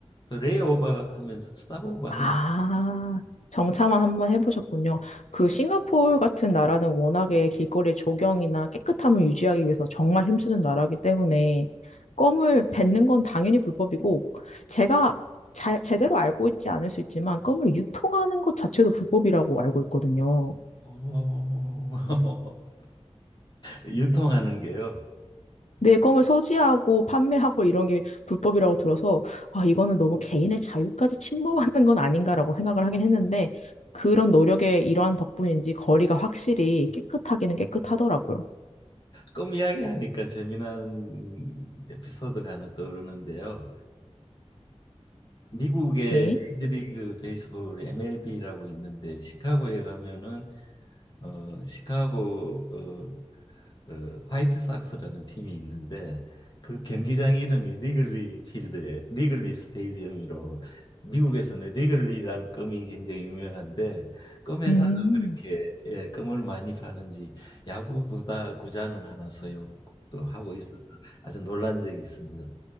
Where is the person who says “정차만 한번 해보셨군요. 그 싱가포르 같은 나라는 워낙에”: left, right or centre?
Left